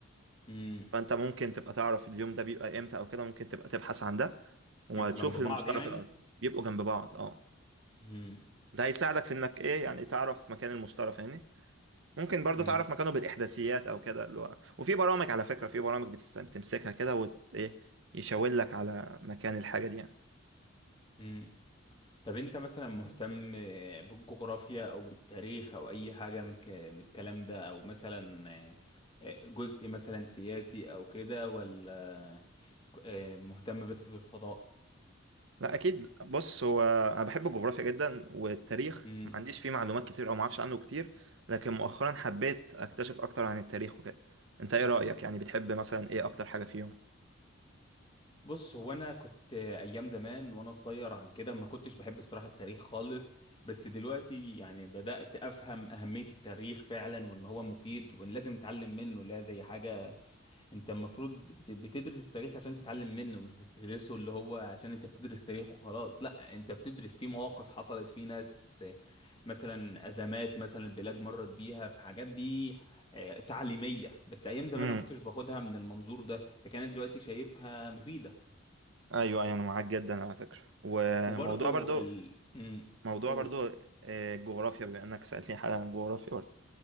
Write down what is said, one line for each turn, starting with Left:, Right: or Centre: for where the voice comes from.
Left: مم.
Right: فانت ممكن تبقى تعرف اليوم ده بيبقى امتى او كده ممكن تبقى تبحث عن ده وتشوف
Left: يبقوا جنب بعض
Right: المشتري
Left: يعني
Right: في الارض بيبقوا جنب بعض اه
Left: مم.
Right: ده هيساعدك في انك ايه يعني تعرف مكان المشتري فاهمني ممكن برضو
Left: مم.
Right: تعرف مكانه بالاحداثيات او كده اللي هو وفي برامج على فكرة في برامج بتست... بتمسكها كده وت ايه يشاور لك على مكان الحاجة دي يعني.
Left: مم. طب انت مثلا مهتم بالجغرافيا او بالتاريخ او اي حاجة من الك- من الكلام ده او مثلا آه، جزء مثلا سياسي او كده ولا آه، مهتم بس بالفضاء
Right: لا اكيد بص هو انا بحب الجغرافيا جدا والتاريخ
Left: مم.
Right: ما عنديش فيه معلومات كتير او ما اعرفش عنه كتير لكن مؤخرا حبيت اكتشف اكتر عن التاريخ وكده انت ايه رايك يعني بتحب مثلا ايه اكتر حاجه فيهم
Left: بص هو انا كنت ايام زمان وانا صغير عن كده ما كنتش بحب الصراحه التاريخ خالص بس دلوقتي يعني بدات افهم اهميه التاريخ فعلا وان هو مفيد وان لازم نتعلم منه لا زي حاجه انت المفروض بتدرس التاريخ عشان تتعلم منه مش بتدرسه اللي هو عشان انت بتدرس تاريخ وخلاص لا انت بتدرس فيه مواقف حصلت فيه ناس مثلا ازمات مثلا البلاد مرت بيها في حاجات دي آه، تعليميه بس ايام زمان
Right: امم
Left: ما كنتش باخدها من المنظور ده لكن انا دلوقتي شايفها مفيده
Right: ايوه ايوه انا معاك جدا على فكره وموضوع
Left: وبرضو
Right: برضو
Left: ال مم.
Right: موضوع
Left: قول
Right: برضو آه، الجغرافيا بما انك سالتني حالا عن الجغرافيا برضو